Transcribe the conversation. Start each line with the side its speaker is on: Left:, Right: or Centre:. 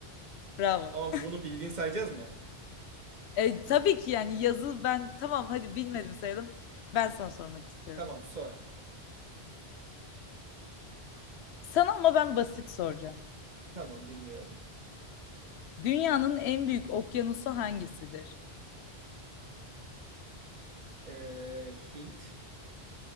Left: Bravo.
Right: tamam. Ama bunu bildiğin sayacağız mı ama?
Left: E, tabii ki yani yazı ben tamam hadi bilmedim sayalım. Ben sana sormak istiyorum.
Right: Tamam sor hadi.
Left: Sana ama ben basit soracağım.
Right: Tamam dinliyorum.
Left: Dünyanın en büyük okyanusu hangisidir?
Right: Ee, Hint,